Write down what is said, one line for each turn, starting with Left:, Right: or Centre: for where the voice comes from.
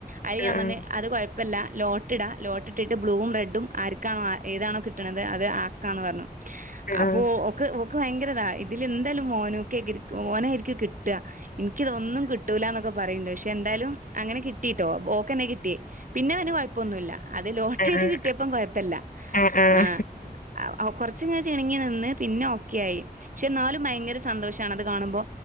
Right: അളി
Left: ആഹ്
Right: ഞാ
Left: ആഹ്
Right: പറഞ്ഞ് അത് കൊഴ് പ്പംല്ല ലോട്ടിടാ ലോട്ടിട്ടിട്ട് ബ്ലൂവും റെഡും ആർക്കാണോ ഏതാണോ കിട്ടണുന്നത് അത് ആക്കാന്ന് പറഞ്ഞു
Left: ആഹ്
Right: അപ്പോ
Left: ആഹ്
Right: ഒ ഓക്ക് ഭയങ്കരിതാ ഇതിലെന്തായാലും മോനോക്കെ മോനായിരിക്കും കിട്ടുക എനിക്കതൊന്നും കിട്ട കിട്ടൂലന്നൊക്കെ പറയണ്ട് പക്ഷെ എന്തായാലും അങ്ങനെ കിട്ടിയിട്ടോ ഓക്ക്ന്നെ കിട്ടിയേ പിന്നെ അവന് കൊയപ്പൊന്നുമില്ല അത് ലോട്ട്
Left: ആഹ്
Right: ചെയ്ത്
Left: ആഹ്
Right: കിട്ടിയപ്പം കൊയപ്പല്ല
Left: ആഹ് ആഹ്
Right: ആ കൊറച്ചങ്ങനെ ചിണങ്ങി നിന്ന് പിന്നെ ഓക്കെ ആയി പക്ഷെ എന്നാലും ഭയങ്കര സന്തോഷാണത് കാണുമ്പോ